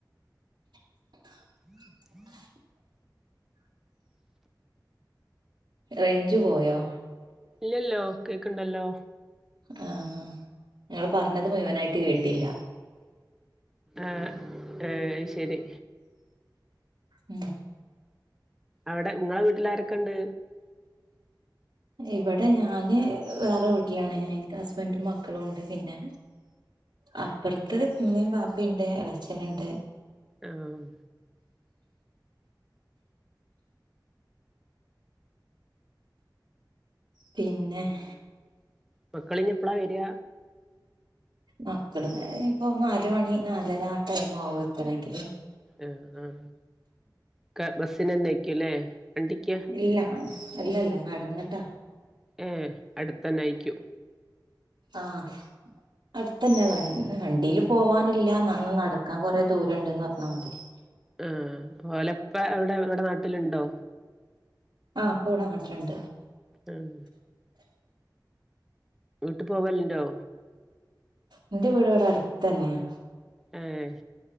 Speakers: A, on the right (about 85°); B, in the centre.
A: <inaudible>
B: <unintelligible>
A: <inaudible> റേഞ്ച് പോയോ
B: ഇല്ലല്ലോ കേക്ക്ണ്ടല്ലോ?
A: ആ ങ്ങള് പറഞ്ഞത് മുയുവനായിട്ട് കേട്ടില്ല
B: ആഹ് ഏഹ് ശരി
A: ഉം
B: അവിടെ ങ്ങളെ വീട്ടിലാരൊക്കെണ്ട്
A: ഇവിടെ ഞാന് വേറെ വീട്ടിലാണ് എനിക്ക് ഹസ്ബൻറും മക്കളും ഉണ്ട് പിന്നെ അപ്പറത്ത് ഉമ്മേം വാപ്പേണ്ട് എളേച്ചന്ണ്ട്
B: ആഹ്
A: പിന്നെഹ്
B: മക്കളിഞെപ്പളാ വരാ
A: മക്കള് ദേ ഇപ്പോ നാല് മണി നാലര ആ ടൈമാവും എത്തണേങ്കില്
B: ആഹ് ആഹ് ക്ക ബസ്നന്നായ്ക്കൂല്ലേ വണ്ടിക്ക.
A: ഇല്ല അല്ലല്ല നടന്നിട്ടാ
B: ഉം അടുത്തന്നായ്ക്കൂ
A: ആഹ് അടുത്തന്നെ വ വണ്ടിൽ പോവാനില്ല അന്ന നടക്കാൻ കൊറെ ദൂര ഉണ്ട്ന്ന് പറഞ്ഞ മാതിരി
B: ആ ഓലപ്പ എവിടെ ഇവിടെ നാട്ടിലുണ്ടോ
A: ആഹ ഇപ ഇവിടൊ നട്ടിലുണ്ട്
B: ഉം വിട്ട് പോവലുണ്ടോ
A: ഇന്റെ വീട് ഇവടെ അടുത്ത് തന്നെയാ
B: ആഹ്